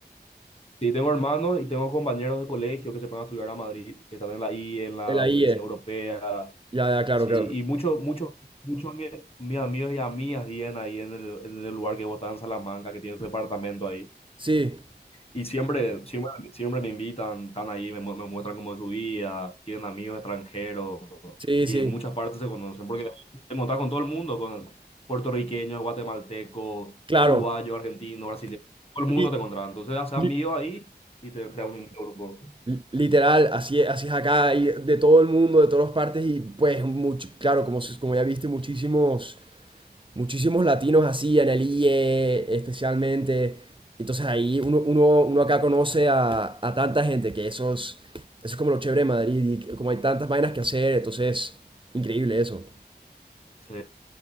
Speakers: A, on the left (about 35°); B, on the right (about 30°).
A: Sí, tengo hermanos y tengo compañeros de colegio que se fueron a estudiar a Madrid, que están en la I, en la
B: en la
A: Universidad
B: IE.
A: Europea.
B: Ya, ya, claro,
A: Sí,
B: claro.
A: y muchos, muchos, muchos de mis amigos y amigas vienen ahí en el, en el lugar que vos estás en Salamanca, que tienen su departamento ahí.
B: Sí,
A: Y siempre, siempre, siempre me invitan, están ahí, me, mu- me muestran cómo es su vida, tienen amigos extranjeros
B: sí,
A: y
B: sí,
A: en muchas partes se conocen, porque te encontrás con todo el mundo, con puertorriqueños, guatemaltecos,
B: claro.
A: uruguayos, argentinos, brasileños, todo el mundo
B: Li-
A: te encontrás. Entonces haces amigos
B: li-
A: ahí y te creas un grupo.
B: li- literal, así es, así es acá, y de todo el mundo, de todas las partes, y pues, mucho, claro, como, se- como ya viste, muchísimos. muchísimos latinos así, en el Analie especialmente. Entonces ahí uno, uno, uno acá conoce a, a tanta gente que eso es, eso es como lo chévere de Madrid y como hay tantas vainas que hacer, entonces increíble eso.
A: Sí.